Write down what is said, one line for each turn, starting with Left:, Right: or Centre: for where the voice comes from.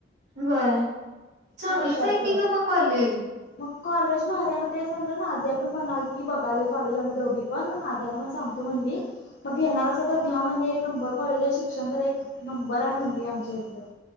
Right: होय. चांगलंच
Left: वर्षाच
Right: आहे की मग कॉलेज.
Left: मग कॉलेज भारी हाय मग तेच म्हटलं ना. अद्या पण म्हणालती बघालोय कॉलेज आम्ही दोघी पण. आद्याला पण सांगतो म्हणली. मग घेणार असंल तर घ्या म्हटली, एक नंबर कॉलेज आहे शिक्षण तर एक नंबर आहे म्हणली आमच्या इथलं.